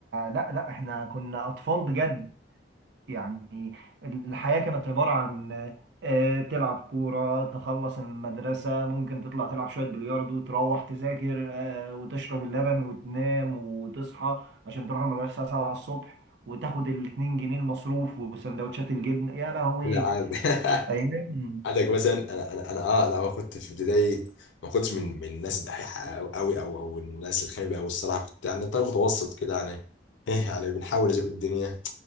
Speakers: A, on the right; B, on the left.
A: لا لا احنا كنا اطفال بجد يعني الحياة كانت عبارة عن آه، تلعب كورة تخلص المدرسة ممكن تطلع تلعب شوية بلياردو تروح تذاكر آه، وتشرب اللبن وتنام وتصحى عشان تروح المدرسة 7 الصبح وتاخد الاتنين جنيه المصروف وسندوتشات الجبن يا لهوي
B: العاب
A: أيام
B: <laughs> عندك مثلا انا انا انا اه انا كنت في ابتدائي ما كنتش من من الناس الدحيحه قوي او او أو الناس الخايبه او الصراحه كنت يعني طيب متوسط كده يعني ايه يعني بنحاول نزق الدنيا